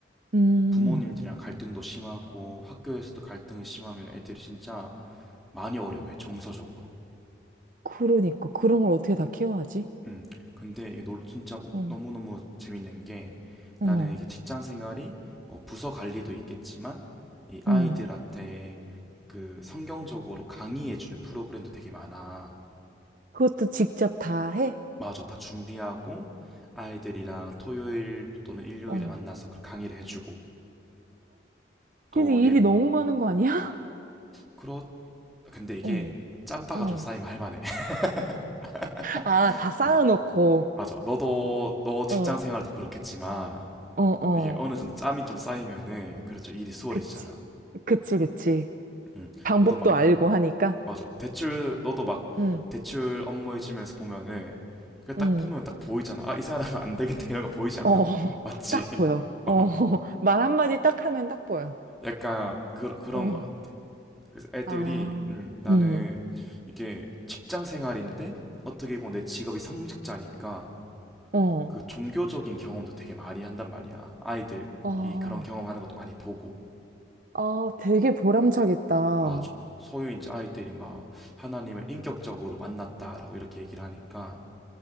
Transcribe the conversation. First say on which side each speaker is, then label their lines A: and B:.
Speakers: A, on the right; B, in the centre.
A: 음,
B: 부모님들이랑 갈등도 심하고 학교에서도 갈등이 심하면 애들이 진짜 많이 어려워해, 정서적으로.
A: 그러니까. 그런 걸 어떻게 다 키워야지?
B: 음, 근데 이게 놀- 진짜 우-
A: 어,
B: 너무너무 재밌는 게
A: 어,
B: 나는 이게 직장 생활이 뭐 부서 관리도 있겠지만 이 아이들한테
A: 음,
B: 그 성경적으로 강의해주는 프로그램도 되게 많아.
A: 그것도 직접 다 해?
B: 맞아, 다 준비하고 아이들이랑 토요일 또는 일요일에
A: 어,
B: 만나서 그 강의를 해주고 또
A: 근데 <gasps> 일이
B: 예,
A: 너무 많은 거 아니야?
B: 그렇, 근데 이게
A: <laughs> 어.
B: 짬바가
A: 어.
B: 좀 쌓이면 할만해. <laughs>
A: 아, 다 쌓아놓고.
B: 어, 맞아. 너도, 너 직장
A: 어,
B: 생활도 그렇겠지만
A: 어, 어.
B: 이게 어느 정도 짬이 좀 쌓이면은 그렇죠 일이 수월해지잖아.
A: 그치. 그치, 그치.
B: 음,
A: 방법도
B: 너도 막
A: 알고 하니까.
B: 맞아 대출 너도 막
A: 응,
B: 대출 업무 해주면서 보면은 그 딱
A: 응.
B: 보면 딱 보이잖아. 아 이 사람은 안 되겠다 이런 거 보이지 않아?
A: 어, <laughs>
B: 맞지?
A: 딱
B: <laughs>
A: 보여. 어,
B: 어,
A: <laughs> 말 한마디 딱 하면 딱 보여.
B: 약간 그, 그런
A: 어,
B: 것 같아. 그래서 애들이
A: 아,
B: 음, 나는
A: 음,
B: 이게 직장 생활인데 어떻게 보면 내 직업이 성직자니까
A: 어,
B: 그 종교적인 경험도 되게 많이 한단 말이야. 아이들이
A: 아
B: 그런 경험하는 것도 많이 보고.
A: 아, 되게 보람차겠다. 어,
B: 맞아. 소유인 아이들이 막 하나님을 인격적으로 만났다라고 이렇게 얘기를 하니까